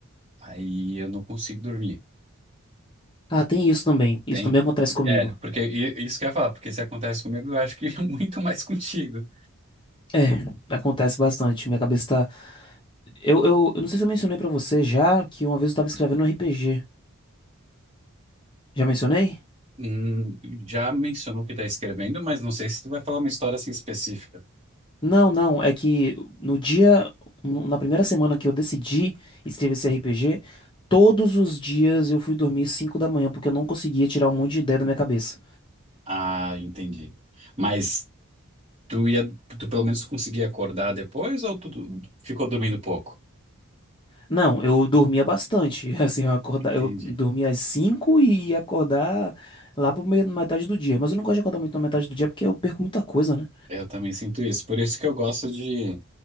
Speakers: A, on the right (about 25°); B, on the left (about 20°).
A: aí eu não consigo dormir.
B: Ah, tem isso também.
A: Tem,
B: Isso também acontece comigo.
A: é, porque i- isso que eu ia falar, porque se acontece comigo, eu acho que <laughs> muito mais contigo.
B: É, acontece bastante. Minha cabeça tá. Eu, eu, eu não sei se eu mencionei pra você já que uma vez eu tava escrevendo um RPG. Já mencionei?
A: Hum, já mencionou que tá escrevendo, mas não sei se tu vai falar uma história assim específica.
B: Não, não. É que no dia. no- Na primeira semana que eu decidi escrever esse RPG, todos os dias eu fui dormir 5 da manhã porque eu não conseguia tirar um monte de ideia da minha cabeça.
A: Ah, entendi. Mas Tu ia, tu pelo menos conseguia acordar depois ou tu tu ficou dormindo pouco?
B: Não, eu dormia bastante. <laughs> Assim, eu acordar,
A: Entendi.
B: eu dormia às 5 e ia acordar lá por meia, metade do dia. Mas eu não gosto de acordar muito na metade do dia porque eu perco muita coisa, né?
A: Eu também sinto isso. Por isso que eu gosto de